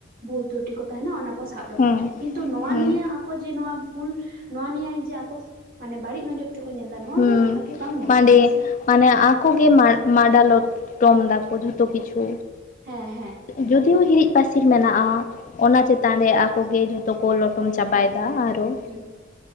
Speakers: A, on the right; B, on the left.
A: ᱵᱷᱩᱞ ᱛᱨᱩᱴᱤ ᱠᱚ ᱛᱟᱦᱮᱱᱟ ᱚᱱᱟ ᱠᱚ ᱥᱟᱵ ᱨᱟᱠᱟᱵᱟ,
B: ᱦᱩᱸ
A: ᱠᱤᱱᱛᱩ ᱱᱚᱶᱟ
B: ᱦᱩᱸ
A: ᱱᱤᱭᱟᱹ ᱡᱮ ᱱᱚᱣᱟ ᱵᱷᱩᱞ, ᱱᱚᱣᱟ ᱱᱤᱭ ᱡᱮ ᱟᱠᱚ ᱢᱟᱱᱮ ᱵᱟᱹᱲᱤᱡ ᱱᱚᱡᱚᱨ ᱛᱮᱠᱚ ᱧᱮᱞ ᱮᱫᱟ, ᱱᱚᱣᱟ
B: ᱦᱩᱸ
A: ᱫᱚ ᱵᱷᱟᱜᱮ ᱵᱟᱝ ᱧᱮᱞᱚᱜ
B: ᱢᱟᱱᱮ
A: ᱠᱟᱱᱟ ᱥᱮ᱾
B: ᱢᱟᱱᱮ ᱟᱠᱚᱮ ᱢᱟᱰᱟᱞᱚᱴᱚᱢ ᱫᱟᱠᱚ ᱡᱷᱚᱛᱚ ᱠᱤᱪᱷᱩ,
A: ᱦᱮᱸ ᱦᱮᱸ,
B: ᱡᱫᱤᱭᱳ ᱦᱤᱨᱤᱡ ᱯᱟᱹᱥᱤᱨ ᱢᱮᱱᱟᱜᱼᱟ, ᱚᱱᱟ ᱪᱮᱛᱟᱱ ᱨᱮ ᱟᱠᱚᱜᱮ ᱡᱚᱛᱚ ᱠᱚ ᱞᱚ ᱴᱚᱢ ᱪᱟᱵᱟᱭᱮᱫᱟ,
A: ᱦᱮᱸ ᱦᱮᱸ
B: ᱟᱨᱚ